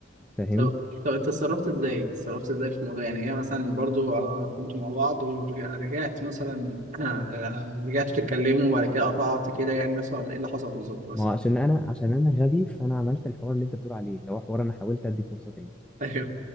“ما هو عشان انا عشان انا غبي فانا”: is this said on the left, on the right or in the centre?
Centre